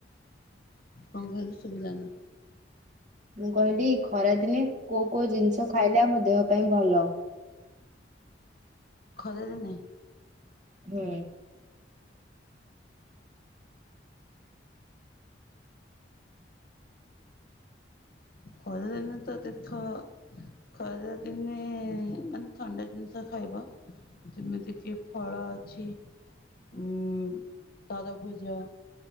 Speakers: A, on the left; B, on the right.
A: କଣ କହିଲୁ ସୁବିଲା ନି।
B: ମୁଁ କହିଲି ଖରାଦିନେ କୋଉ କୋଉ ଜିନିଷ ଖାଇଲେ ଆମ ଦେହ ପାଇଁ ଭଲ।
A: ଖରା ଦିନେ
B: ହୁଁ।
A: ଖରାଦିନେ ତ ତୀଖ ଖରା ଦିନେ ମାନେ ଥଣ୍ଡା ଜିନିଷ ଖାଇବ। ଯେମିତି କିି ଫଳ ଅଛି ଉ ତରଭୂଜ